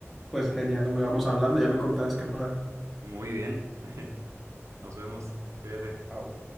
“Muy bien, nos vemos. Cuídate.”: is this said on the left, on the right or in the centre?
Right